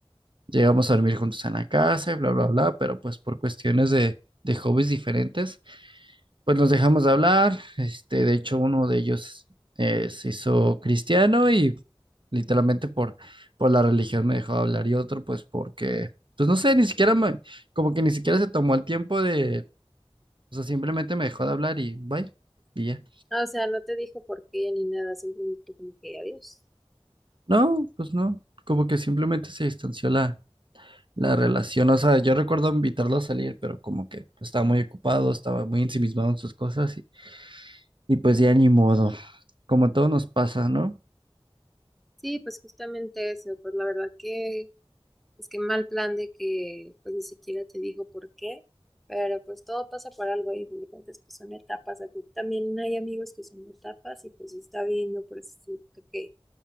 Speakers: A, on the right (about 55°); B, in the centre.
A: Llegamos a dormir juntos en la casa y bla, bla, bla, pero pues por cuestiones de, de hobbies diferentes pues nos dejamos de hablar, este, de hecho uno de ellos eh, se hizo cristiano y literalmente por, por la religión me dejó de hablar y otro pues porque, pues no sé, ni siquiera me, como que ni siquiera se tomó el tiempo de, o sea, simplemente me dejó de hablar y bye, y ya.
B: Ah, o sea, no te dijo por qué ni nada, simplemente como que adiós.
A: No, pues no, como que simplemente se distanció la, la relación, o sea, yo recuerdo invitarlo a salir, pero como que estaba muy ocupado, estaba muy ensimismado en sus cosas y, y pues ya ni modo, como todo nos pasa, ¿no?
B: Sí, pues justamente eso, pues la verdad que es que mal plan de que pues ni siquiera te dijo por qué, pero pues todo pasa por algo y de cuentas pues son etapas, aquí también hay amigos que son etapas y pues está bien, no por eso significa que